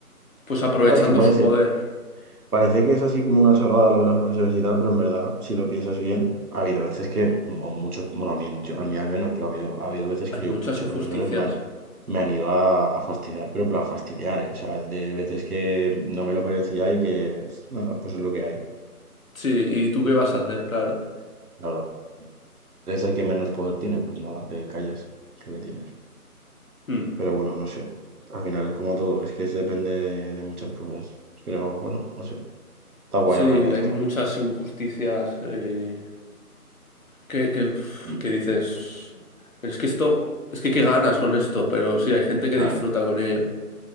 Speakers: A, on the left; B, on the right.
A: pues aprovechando
B: Claro, es que parece,
A: su poder.
B: parece que es así como una chorrada lo de los profesores y tal, pero en verdad, si lo piensas bien, ha habido veces que, mo- muchos, bueno, a mí, yo- a mí al menos, pero ha habido, ha habido veces
A: Hay
B: que yo,
A: muchas
B: muchos
A: injusticias.
B: profesores me han, me han ido a, a fastidiar, pero para fastidiar, ¿eh? O sea, de veces que no me lo merecía y que, nada, pues es lo que hay.
A: Sí, ¿y tú qué vas a hacer? Claro.
B: Claro, eres el que menos poder tiene, pues nada, te callas, es lo que tienes.
A: Mm.
B: Pero bueno, no sé. Al final es como todo, es que se depende de muchas cosas. Pero bueno, no sé. Está guay
A: Sí,
B: hablar de esto.
A: hay muchas injusticias eh, que, que, uf,
B: Mm.
A: que dices, pero es que esto, es que qué ganas con esto, pero sí, hay gente
B: Claro,
A: que disfruta con ello.